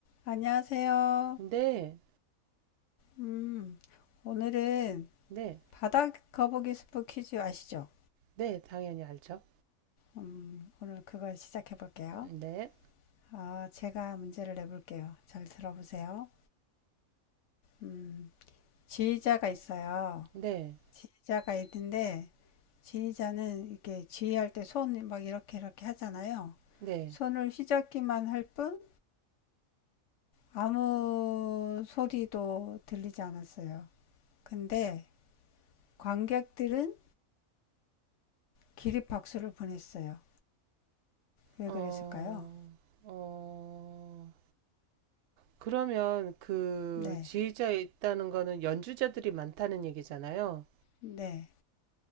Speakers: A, on the left; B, on the right.
A: 안녕하세요.
B: 네,
A: 음, 오늘은
B: 네,
A: 바다 거북이 스프 퀴즈 아시죠?
B: 네, 당연히 알죠.
A: 음, 오늘 그걸 시작해 볼게요.
B: 네,
A: 아, 제가 문제를 내볼게요. 잘 들어보세요. 음, 지휘자가 있어요.
B: 네,
A: 지휘자가 있는데, 지휘자는 이렇게 지휘할 때 손 막 이렇게 이렇게 하잖아요.
B: 네.
A: 손을 휘젓기만 할 뿐, 아무 소리도 들리지 않았어요. 근데 관객들은 기립박수를 보냈어요. 왜
B: 어,
A: 그랬을까요?
B: 어, 그러면 그
A: 네,
B: 지휘자에 있다는 거는 연주자들이 많다는 얘기잖아요.
A: 네,